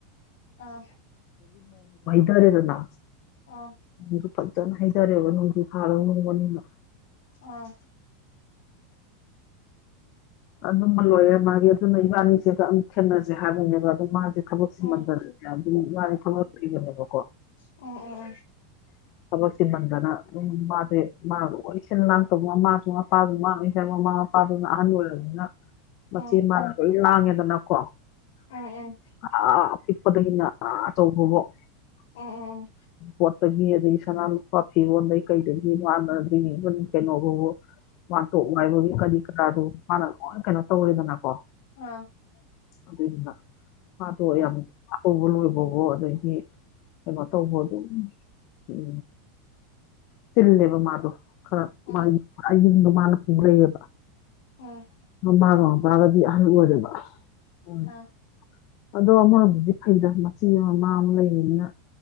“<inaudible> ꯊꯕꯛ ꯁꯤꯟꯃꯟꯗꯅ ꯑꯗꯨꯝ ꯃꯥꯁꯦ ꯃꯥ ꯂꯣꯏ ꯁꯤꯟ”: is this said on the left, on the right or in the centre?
Left